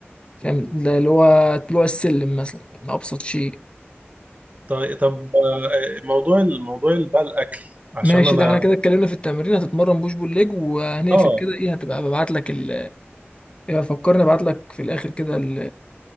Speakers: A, on the left; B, on the right.
A: فاهم
B: مم.
A: ده اللي هو طلوع السلم مثلا يعني ابسط شيء
B: طيب طب آه، موضوع الموضوع اللي بقى الاكل عشان
A: فماشي
B: انا
A: ده احنا كده اتكلمنا في التمرين هتتمرن بوش بول ليج وهنقفل
B: اه
A: كده ايه هتبقى ببعت لك ال... يبقى فكرني ابعت لك في الاخر كده ال...